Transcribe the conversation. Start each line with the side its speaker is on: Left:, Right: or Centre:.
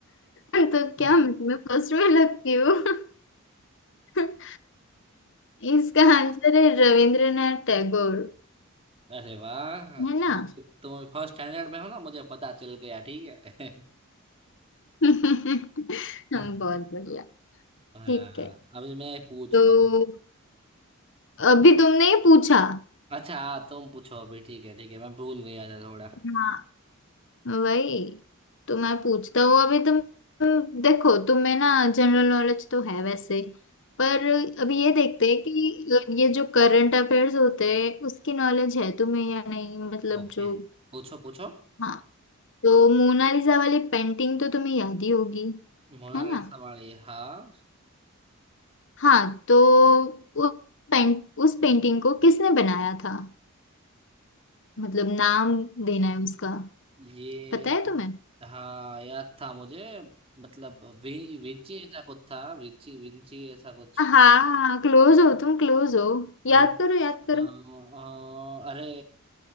Left: तो
Right: <laughs>
Left: क्या मैं फर्स्ट में लगती हूँ <laughs> इसका आंसर है रविंद्रनाथ टैगोर
Right: अरे वाह
Left: है
Right: तुम
Left: ना
Right: तुम फर्स्ट स्टैंडर्ड में हो ना मुझे पता चल गया ठीक है
Left: <laughs> हम
Right: <laughs>
Left: बहुत बढ़िया ठीक
Right: हाँ
Left: है
Right: अभी मैं पूछता
Left: तो
Right: हूँ
Left: अभी तुमने ये पूछा
Right: अच्छा हाँ तुम पूछो अभी ठीक है ठीक है मैं भूल गया था थोड़ा
Left: हाँ, वही तो मैं पूछता हूँ अभी तुम तुम देखो तुम्हें ना जनरल नॉलेज तो है वैसे पर अभी ये देखते हैं कि ये जो करंट अफेयर्स होते हैं उसकी नॉलेज है तुम्हें या नहीं मतलब
Right: ओके
Left: जो
Right: पूछो पूछो
Left: हाँ तो मोनालिसा वाली पेंटिंग तो तुम्हें याद ही होगी
Right: मोनालिसा
Left: है ना
Right: वाली हाँ
Left: हाँ तो उस पेंट उस पेंटिंग को किसने बनाया था मतलब नाम देना है उसका
Right: ये
Left: पता
Right: तो-
Left: है तुम्हें
Right: हाँ याद था मुझे मतलब वि, विची ऐसा कुछ था विची विंची ऐसा कुछ
Left: हाँ क्लोज हो तुम क्लोज हो
Right: अल-
Left: याद करो याद करो
Right: अ, अ, अरे